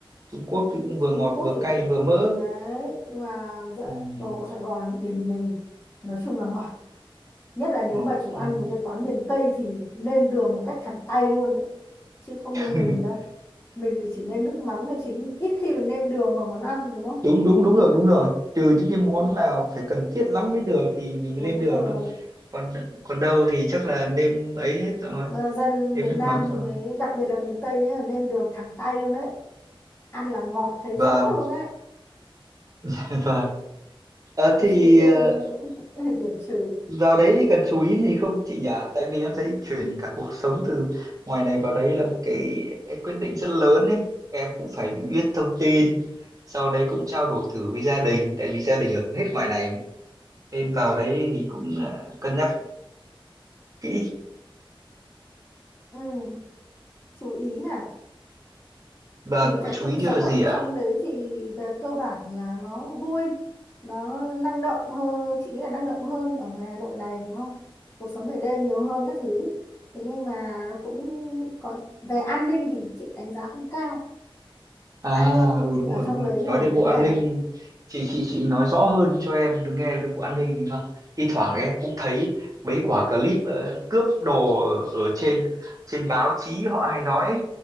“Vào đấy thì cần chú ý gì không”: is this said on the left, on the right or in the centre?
Right